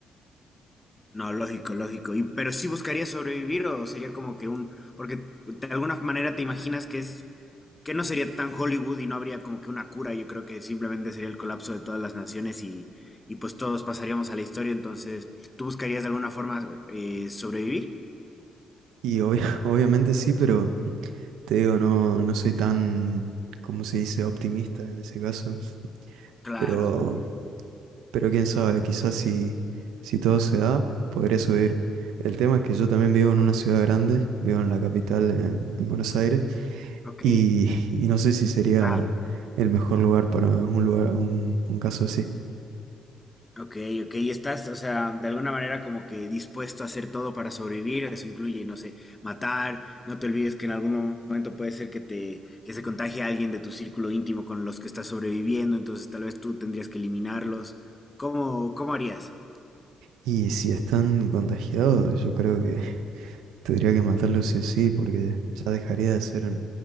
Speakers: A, on the left; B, on the right.
A: no, lógico, lógico. Y, pero sí buscarías sobrevivir o sería como que un, porque de alguna manera te imaginas que es que no sería tan Hollywood y no habría como que una cura, yo creo que simplemente sería el colapso de todas las naciones y, y pues todos pasaríamos a la historia, entonces tú buscarías de alguna forma eh, sobrevivir.
B: Y obvia- <laughs> obviamente sí, pero te digo, no, no soy tan, como se dice?, optimista en ese caso.
A: Claro,
B: Pero, pero quién sabe, quizás si, si todo se da, podré subir. El tema es que yo también vivo en una ciudad grande, vivo en la capital, en, en Buenos Aires,
A: ok,
B: y, <laughs> y no sé si sería
A: claro.
B: el mejor lugar para un lugar, un, un caso así.
A: Ok, ok, y estás, o sea, de alguna manera como que dispuesto a hacer todo para sobrevivir, eso incluye, no sé, matar, no te olvides que en algún momento puede ser que te, que se contagie alguien de tu círculo íntimo con los que estás sobreviviendo, entonces tal vez tú tendrías que eliminarlos. ¿Cómo, cómo harías?
B: Y si están contagiados, yo creo que <laughs> tendría que matarlos sí o sí, porque ya dejaría de ser